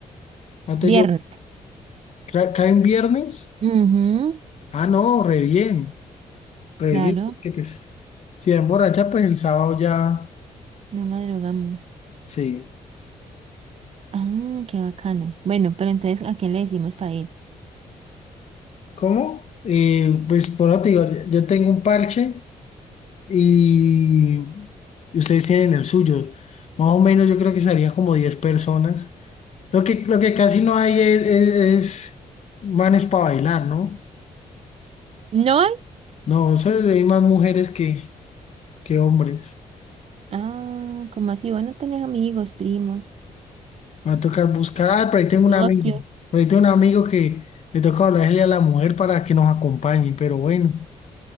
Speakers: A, on the left; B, on the right.
A: Antes
B: viernes.
A: yo, ¿ca- ¿cae en viernes?
B: Ujú,
A: Ah, no, re bien, re
B: claro,
A: bien, porque pues si es borracha, pues el sábado ya,
B: no madrugamos.
A: sí.
B: Ah, qué bacano. Bueno, pero entonces, ¿a quién le decimos para ir?
A: ¿Cómo? Eh, pues por ahora te digo, yo tengo un parche y, y ustedes tienen el suyo. Más o menos yo creo que serían como 10 personas. Lo que, lo que casi no hay es, es- es manes para bailar, ¿no?
B: ¿No hay?
A: No, eso es- hay más mujeres que, que hombres.
B: Ah, como así? Bueno, tenés amigos, primos.
A: Me va a tocar buscar. Ah, por ahí tengo un
B: No,
A: amigo.
B: yo-
A: Por ahí tengo un amigo que le toca hablarle a la mujer para que nos acompañe. Pero bueno,